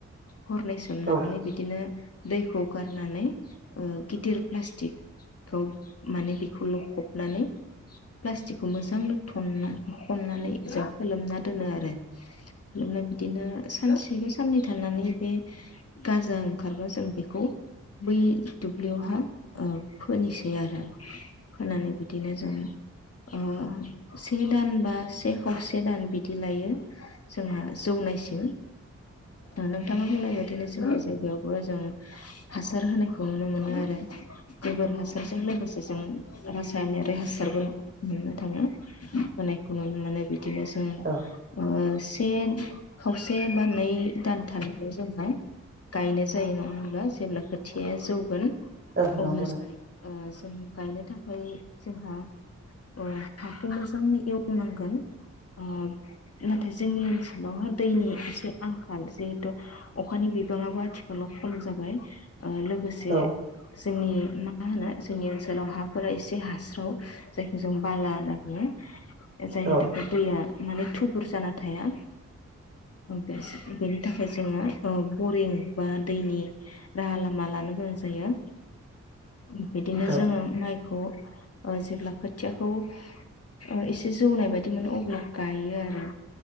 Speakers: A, on the left; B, on the right.
A: हरनै सोमनानै
B: औ
A: बिदिनो दैखौ गारनानै ओ प्लास्टिकखौ माने बेखौ लखबनानै प्लास्टिकखौ मोजांनो थनना खननानै जों फोलोमना दोनो आरो खालामना बिदिनो सानसे बेबो साननै थानानै बे गाजा ओंखारबा जों बेखौ बै दु ब्लियावहा ओ फोनोसै आरो फोनानै बिदिनो जों ओ से दान बा से खावसे दान बिदि लायो जोंहा जौनायसिम। नोंथाङा बुंनाय बादिनो जोंनि जायगायावबो जों हासार होनायखौ नुनो मोनो। आरो गोबोर हासारजों लोगोसे जों रासायनारि हासारबो मोननो थाङो। अनेख खौ नुनो मोनो बिदिनो जों
B: औ
A: ओ बे खावसे बाननाय दानथानिखौ जोंहा गायनाय जायो नङा होनबा जेब्ला खोथियाया जौगोन।
B: औ नंगौ
A: अब्लास ओ जों गायनो थाखै जोंहा ओ हाखौ मोजाङै एवनांगोन। ओ नाथाय जोंनि ओनसोलावहा दैनि एसे आंखाल। जिहेथु अखानि बिबाङाबो आथिखालाव खम जा बाय ओ लोगोसे
B: नोंथां
A: जोंनि मा होनो जोंनि बे ओनसोलाव हाफोरा एसे हास्राव जायखौ जों बाला होनना बुङो। जायनि
B: औ
A: थाखाय दैया माने थु बुर जाना थाया। <unintelligible> बेनि थाखाय जोङो ओ बरिं बा दैनि राहालामा लानो गोनां जायो। बिदिनो
B: औ
A: जोङो माइखौ ओ जेब्ला खोथियाखौ ओ एसे जौनाय बायदि मोनो अब्ला गायो आरो